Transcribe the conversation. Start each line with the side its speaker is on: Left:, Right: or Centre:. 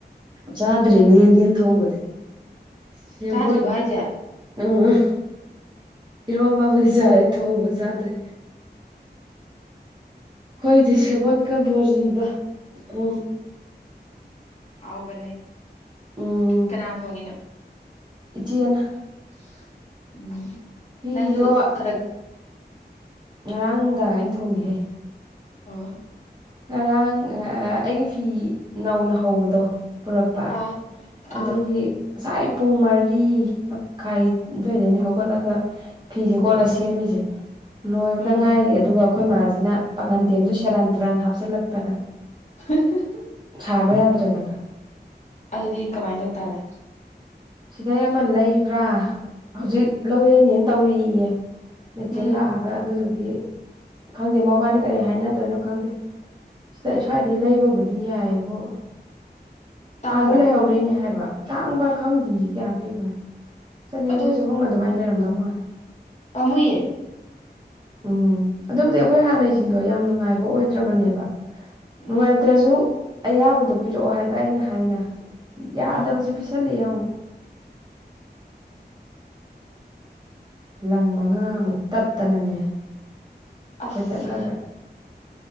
Right: ꯆꯥꯗ꯭ꯔꯤꯅꯦ
Left: ꯅꯪꯗꯤ
Right: ꯌꯦꯟꯗꯦꯝ ꯊꯣꯡꯕꯗꯤ ꯁꯦꯕꯣꯠ
Left: ꯆꯥꯗ꯭ꯔꯤꯕꯣ ꯍꯥꯏꯁꯦ
Right: ꯎꯝ ꯏꯔꯣꯝꯕꯕꯨꯗꯤ ꯆꯥꯔꯦ ꯊꯣꯡꯕ ꯆꯥꯗ꯭ꯔꯤ ꯑꯩꯈꯣꯏꯗꯤ ꯁꯦꯕꯣꯠꯀ ꯕꯣꯔꯤꯒ ꯎ
Left: ꯍꯥꯎꯕꯅꯤ
Right: ꯎꯝ
Left: ꯀꯅꯥꯅ ꯊꯣꯡꯉꯤꯅꯣ
Right: ꯏꯆꯦꯅ
Left: <unintelligible>
Right: ꯐꯤꯗꯣ ꯉꯔꯥꯡ ꯅꯨꯡꯗꯥꯡ ꯑꯩꯅ ꯊꯣꯡꯉꯍꯦ
Left: ꯑꯣ
Right: ꯉꯔꯥꯡ ꯑꯩꯒꯤ ꯐꯤ ꯅꯧꯅ ꯍꯧꯕꯗꯣ ꯄꯨꯔꯛꯄ
Left: ꯑꯥ
Right: ꯑꯗꯨꯒꯤ
Left: ꯑꯥ
Right: ꯉꯁꯥꯏ ꯄꯨꯡ ꯃꯔꯤ ꯃꯈꯥꯏ ꯑꯗꯨꯋꯥꯏꯗꯅꯤ ꯍꯧꯒꯠꯂꯒ ꯐꯤꯁꯦ ꯀꯣꯠꯂ ꯁꯦꯝꯃꯤꯁꯦ ꯂꯣꯏꯕꯗ
Left: ꯎꯝ
Right: ꯉꯥꯏꯔꯤ ꯑꯗꯨꯒ ꯑꯩꯈꯣꯏ ꯃꯥꯁꯤꯅ ꯄꯥꯉꯟꯗꯦꯝꯗꯣ ꯁꯦꯔꯥꯟ ꯇꯨꯔꯥꯟ ꯍꯥꯞꯆꯤꯜꯂꯛꯇꯅ
Left: <unintelligible>
Right: ꯁꯥꯕ ꯌꯥꯗ꯭ꯔꯦꯗꯗꯥ
Left: ꯑꯗꯨꯗꯤ ꯀꯃꯥꯏꯅ ꯇꯧ ꯇꯔꯦ
Right: ꯁꯤꯗꯩ ꯑꯃ ꯂꯩꯕ꯭ꯔꯥ ꯍꯧꯖꯤꯛ ꯂꯧ ꯌꯩꯅꯦꯅ ꯇꯧꯔꯤꯌꯦ ꯃꯦꯆꯤꯟ
Left: ꯎꯝ
Right: ꯂꯥꯛꯑꯒ ꯑꯗꯨꯗꯨꯒꯤ ꯈꯪꯗꯦ ꯃꯕꯥꯅꯤ ꯀꯔꯤ ꯍꯥꯏꯅꯗꯣꯏꯅꯣ ꯈꯪꯗꯦ ꯁꯤꯗ ꯁ꯭ꯋꯥꯏꯗꯩ ꯂꯩꯕꯕꯨꯗꯤ ꯌꯥꯏꯑꯕꯣ
Left: ꯇꯥꯡꯕ꯭ꯔꯥ
Right: ꯑꯥꯗ ꯂꯩꯍꯧꯔꯤꯅꯦ ꯍꯥꯏꯕ ꯇꯥꯡꯕ ꯈꯪꯗꯦ ꯀꯌꯥ ꯄꯤꯕꯅꯣ ꯆꯅꯤ ꯌꯥꯡꯈꯩ
Left: ꯑꯗꯣ
Right: ꯆꯍꯨꯝ ꯑꯗꯨꯃꯥꯏꯅ ꯂꯩꯔꯝꯗꯧ ꯃꯥꯜꯂꯦ
Left: ꯄꯝꯃꯨꯏꯌꯦ
Right: ꯎꯝ ꯑꯗꯨꯕꯨꯗꯤ ꯑꯩꯈꯣꯏ ꯍꯥꯟꯅꯩꯁꯤꯡꯗꯣ ꯌꯥꯝ ꯅꯨꯡꯉꯥꯏꯕ ꯑꯣꯏꯗ꯭ꯔꯕꯅꯦꯕ ꯅꯨꯡꯉꯥꯏꯇ꯭ꯔꯁꯨ
Left: ꯎꯝ
Right: ꯑꯌꯥꯕꯗꯣ ꯄꯤꯔꯛꯑꯣ ꯍꯥꯏꯕ ꯑꯩꯅ ꯍꯥꯏꯅ ꯌꯥꯗꯕꯁꯤ
Left: ꯎꯝ
Right: <unintelligible> ꯂꯪ ꯃꯉꯥꯃꯨꯛ ꯇꯠꯇꯅꯅꯦ
Left: ꯑꯁ
Right: ꯐꯣꯏꯗꯠꯂꯒ